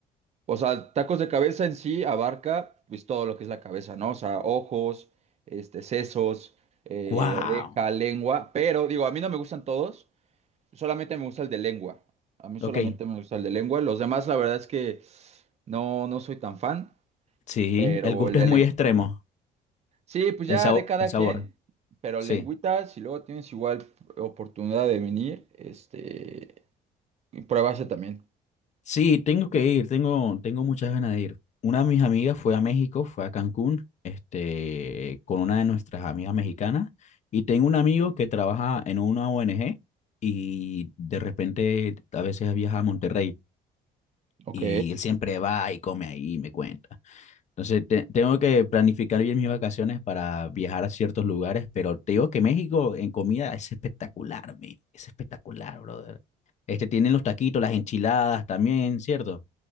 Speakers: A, on the right (about 40°); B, on the left (about 45°).
A: o sea, tacos de cabeza en sí abarca, pues, todo lo que es la cabeza, ¿no? O sea, ojos, este, sesos, eh,
B: Wow.
A: oreja, lengua. Pero, digo, a mí no me gustan todos, solamente me gusta el de lengua. A mí solamente
B: Ok.
A: me gusta el de lengua. Los demás, la verdad es que no, no soy tan fan,
B: Sí,
A: pero
B: el gusto
A: el de
B: es muy
A: lengua.
B: extremo.
A: Sí, pues
B: El
A: ya
B: sabo-
A: de cada
B: el sabor.
A: quien, pero
B: Sí.
A: lengüita, si luego tienes igual oportunidad de venir, este, pruébase también.
B: Sí, tengo que ir, tengo, tengo muchas ganas de ir. Una de mis amigas fue a México, fue a Cancún, este, con una de nuestras amigas mexicanas, y tengo un amigo que trabaja en una ONG y de repente a veces viaja a Monterrey
A: Ok.
B: y él siempre va y come ahí y me cuenta. Entonces te- tengo que planificar bien mis vacaciones para viajar a ciertos lugares, pero te digo que México en comida es espectacular, men, es espectacular, brother. Este, tienen los taquitos, las enchiladas también, ¿cierto?